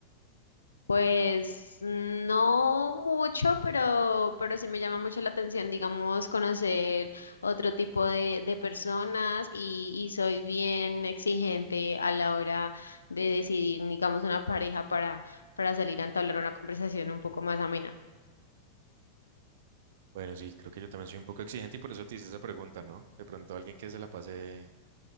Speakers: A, on the left (about 75°); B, on the right (about 55°).
A: Pues no mucho, pero, pero sí me llama mucho la atención, digamos, conocer otro tipo de, de personas y, y soy bien exigente a la hora de decidir, digamos, una pareja para, para salir a entablar una conversación un poco más amena.
B: Bueno, sí, creo que yo también soy un poco exigente y por eso te hice esa pregunta, ¿no? De pronto alguien que se la pase